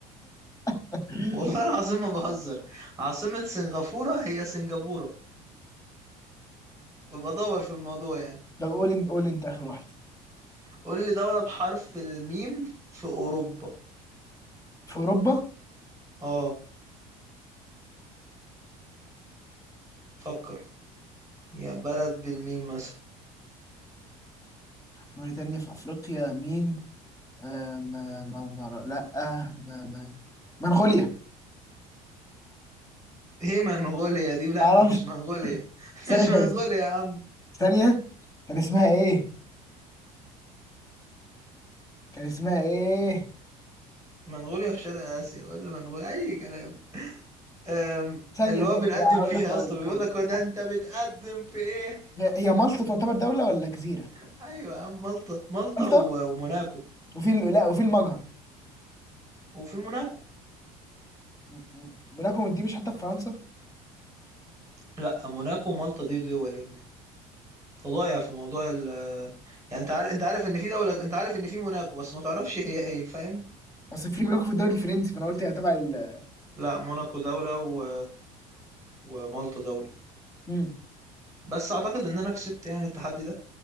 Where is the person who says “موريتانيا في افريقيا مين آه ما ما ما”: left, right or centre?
Left